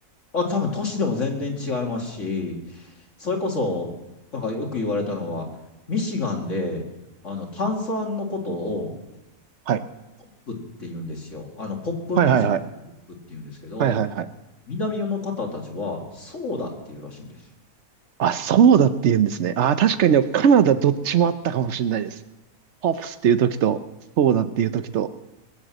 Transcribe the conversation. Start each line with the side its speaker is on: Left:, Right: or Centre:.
Left: あ、多分都市でも全然違いますし、それこそ、なんかよく言われたのは、ミシガンで、あの、炭酸のことを、
Right: はい。
Left: ポップって言うんですよ。あの、ポップミュージック、
Right: はいはいはい。
Left: ポップって言うんですけど、
Right: はいはいはい。
Left: 南の方たちは、ソーダっていうらしいんですよ。
Right: あ、そうだって言うんですね。あー、確かにカナダどっちもあったかもしれないです。ポップスっていう時と、そうだっていう時と。